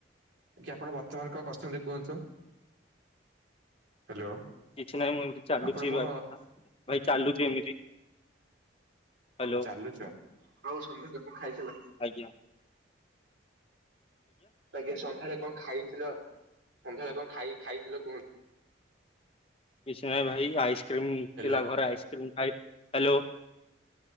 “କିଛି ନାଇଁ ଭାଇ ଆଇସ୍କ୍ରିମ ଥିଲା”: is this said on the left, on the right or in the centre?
Left